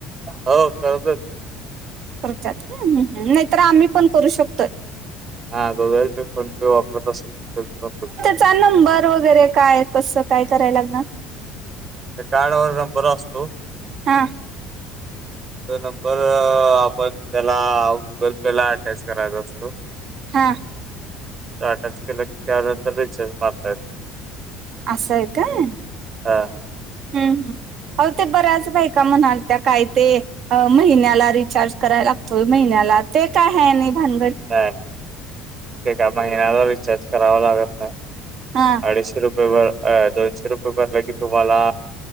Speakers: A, on the right; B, on the right.
A: हो करतात.
B: करतात काय,, नाहीतर आम्ही पण करू शकतोय.
A: हा गुगल पे, फोन पे वापरत असेल, तर करू शकतो.
B: चा नंबर वगैरे काय, कस काय कराय लागणार.
A: त्या कार्डवर नंबर असतो.
B: हां,
A: तो नंबर, आपण त्याला गुगल पे ला अटॅच करायचा असतो.
B: हां,
A: टाटाच केलाऽ त्यानंतर रिचार मारता ऐतय,,
B: असं आहे काय हम्म
A: अं,,
B: हम्म हम् काय ते बऱ्याच बाई का म्हणाल त्या काय ते अ महिन्याला रिचार्ज करायला लागतोय महिन्याला ते काय आहे नाही भानगड.
A: हां ते काय महिन्याला रिचार्ज करावा लागत नाही
B: हा
A: अडीचशे रुपये भर, अ दोनशे रुपये भरलं की तुम्हाला,,